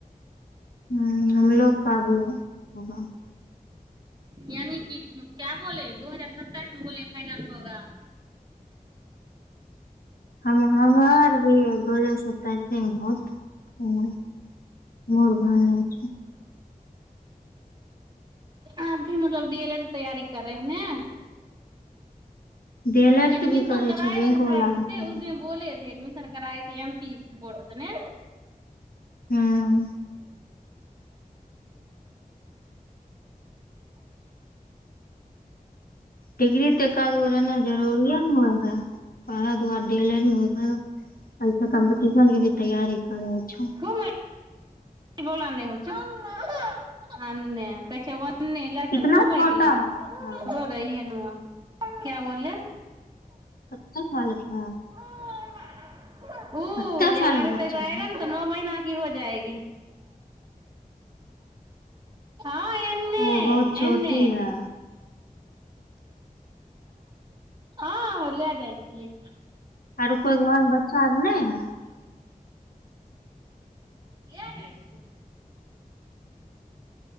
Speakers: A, on the left; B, on the right.
A: हूँ हमलोग का भी। हबा <inaudible>
B: यानी की क्या बोले दू हजार सत्ताइस में बोले फाइनल होगा।
A: हम- हमरा भी दू हजार सत्ताइसे मे होत फाईनल। मोर भने अछै <inaudible>
B: आप भी मतलब डी एल एड के तैयरी कर रहे हैं?
A: छै डी एल एड
B: एडमिशन
A: के भी करे
B: कराए
A: छै बैंक
B: थे शायद
A: वाला
B: से
A: भी करे
B: उस दिन बोले। से एडमिशन कराए थे एम पी बोर्ड से ने?
A: हम्म डिग्री त एक आधगो रहनाइ जरूरी ने है, ओहे दुआरे डी एल एड <inaudible> कम स कम्पटिशन के भी तैयारी करे छो।
B: <inaudible> कि बोलने हो छो चुप हमे कहय छय वने। उने लए
A: इतना
B: चल घुमबय
A: छोटा
B: के लेल
A: हौ
B: हो रही है नु। क्या बोले?
A: कतेना साल कऽ ह।
B: <unintelligible> उ
A: कते साल
B: एगारह
A: के बच्चा
B: तक आएगा
A: है
B: न तऽ। नौ महीना कि हो जाएगी। हँ एन्ने
A: ओ बहुत छोटी
B: एन्ने
A: है।
B: हँ हो ले जाइ छिये।
A: औरो कोइ घर में बच्चा नय है।
B: लेजाइ छिये।